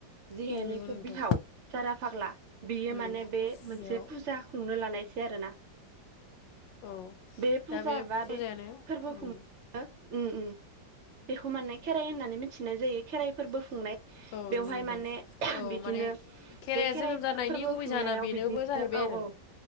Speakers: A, on the right; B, on the left.
A: जिहेनिखु
B: उम नंगौ नोंथां।
A: बिहाव जारा फाग्ला बियो
B: उम
A: माने बे मोनसे
B: बेयाव
A: फुजा खुंनो लानायसै आरोना
B: औ
A: बे फुजा
B: दा
A: बा
B: फुजायानो
A: बे फोरबो
B: उम
A: खुं <unintelligible> उम्म उम्म बेखौ माने खेराइ होननानै मिथ थिनाय जायो खेराइ फोरबो खुंनाय
B: औ
A: बेवहाय
B: नंगौ नोंथां
A: माने
B: औ
A: बिदिनो
B: माने खेराया
A: बे खेराइ
B: जोनोम जानायनि
A: फोरबो
B: गुबै
A: खुंनायाव
B: जाहोना बेनोबो
A: बिदिनो
B: जाहैबाय
A: औ औ
B: आरो